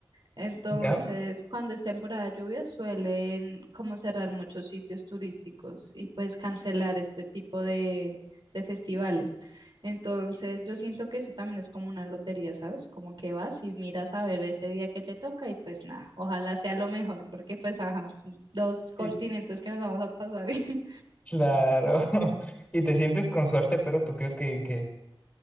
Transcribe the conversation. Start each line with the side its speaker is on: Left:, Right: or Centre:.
Right: Entonces,
Left: ¿Ya?
Right: cuando es temporada de lluvia, suelen como cerrar muchos sitios turísticos y pues cancelar este tipo de, de festivales. Entonces, yo siento que eso también es como una lotería, ¿sabes? Como que vas y miras a ver ese día que te toca y pues nada, ojalá sea lo mejor, porque pues ajá, dos continentes
Left: Y
Right: que nos vamos a pasar. <laughs>
Left: claro. <laughs> Y te sientes con suerte, pero tú crees que, que-